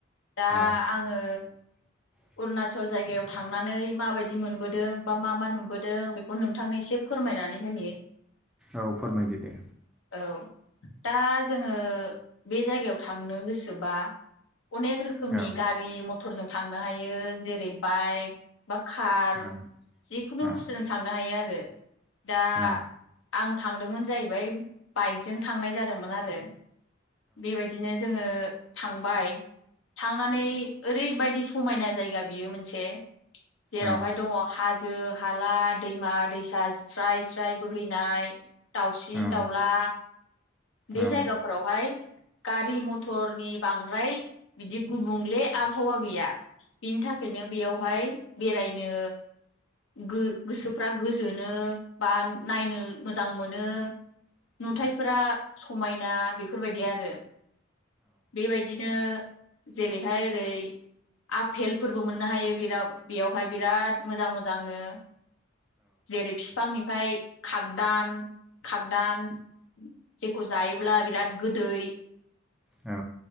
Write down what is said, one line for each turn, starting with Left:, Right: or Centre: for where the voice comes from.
Left: दा
Centre: औ
Left: आङो
Centre: <unintelligible>
Left: अरुणाचल जायगायाव थांनानै माबायदि मोनबोदों बा मा मा नुबोदों बेखौ नोंथांनो एसे फोरम फायनानै होनि।
Centre: औ फोरमायदो दे।
Left: औ दा जोङो बे जायगायाव थांनो गोसोबा। अनेक रोखोमनि
Centre: औ
Left: गारि मथरजों थांनो हायो जेरै बाइक बा कार
Centre: औ
Left: जिखुनु
Centre: औ
Left: बुस्थुजों थांनो हायो आरो दा
Centre: औ
Left: आं थांदोंमोन जाहैबाय बाइकजों थांनाय जादोंमोन आरो बेबायदिनो जोङो थांबाय थांनानै ओरैबायदि समायना जायगा बियो मोनसे जेरावहाय
Centre: औ
Left: दं हाजो जो हाला दैमा दैसा स्राय स्राय बोहैनाय दावसिन
Centre: औ
Left: दाउला बे जायगाफोरावहाय
Centre: औ
Left: गारि मथरनि बांद्राय बिदि गुबुंले आबहावा गैया बिनि थाखायनो बेयावहाय बेरायनो गो गोसोफ्रा गोजोनो बा नायनो मोजां मोनो नुथायाइफोरा समायना बेफोरबायदि आरो बेबायदिनो जेरैहाय ओरै आफेलफोरबो मोननो हायो बेआव बेयावहाय बिराद मोजां मोजांनो जेरै फिफांनिफ्राय खागोदान खागदान जेखौ जायोब्ला बिराद गोदै
Centre: औ